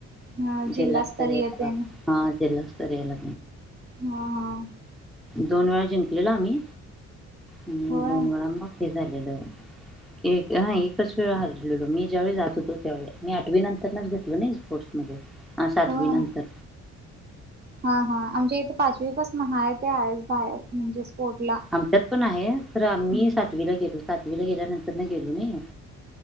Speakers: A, on the right (about 35°); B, in the centre.
A: ह जिल्हास्तरीय
B: जिलस्तरला
A: तेन
B: हा, जिल्हास्तरला.
A: हा, हा.
B: दोन वेळा जिंकलेलो आम्ही आणि
A: होय
B: दोन वेळा मग हे झालेल. एक हा, एकच वेळ हरलेलो मी. ज्यावेळी जात होतो, त्यावे मी आठवी नंतरच घेतलो नाही स्पोर्ट्समध्ये. हा सातवी
A: होय.
B: नंतर.
A: हा, हा. आमच्या इथे पाचवीपासनं हाय ते आहे बाहेर, म्हणजे स्पोर्टला.
B: आमच्यात पण आहे खरं. आम्ही
A: हम्म
B: सातवीला गेलो, सातवीला गेल्यानंतर ना गेलो नाही.